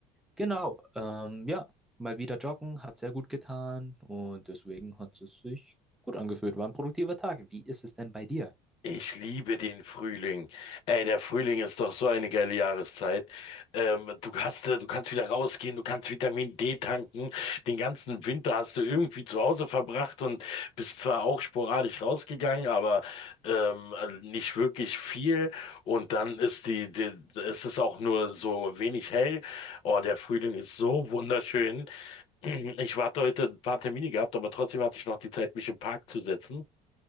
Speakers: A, in the centre; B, on the left (about 40°).
A: Genau, ähm, ja, mal wieder joggen, hat sehr gut getan und deswegen hat es sich gut angefühlt. War ein produktiver Tag. Wie ist es denn bei dir?
B: Ich liebe den Frühling. Ey, der Frühling ist doch so eine geile Jahreszeit. Ähm, du hast, äh, du kannst wieder rausgehen, du kannst Vitamin D tanken. Den ganzen Winter hast du irgendwie zu Hause verbracht und bist zwar auch sporadisch rausgegangen, aber ähm, also nicht wirklich viel. Und dann ist die, die, ist es auch nur so wenig hell. Oh, der Frühling ist so wunderschön. <clears throat> Ich warte heute ein paar Termine gehabt, aber trotzdem hatte ich noch die Zeit, mich im Park zu setzen.